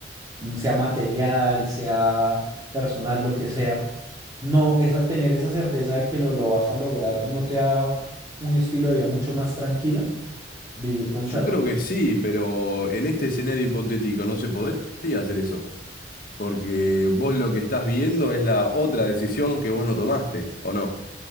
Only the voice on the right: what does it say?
mm, sea material, sea personal, lo que sea, no, esa, tener esa certeza de que lo, lo vas a lograr no te da un estilo de vida mucho más tranquilo, vivir con certeza.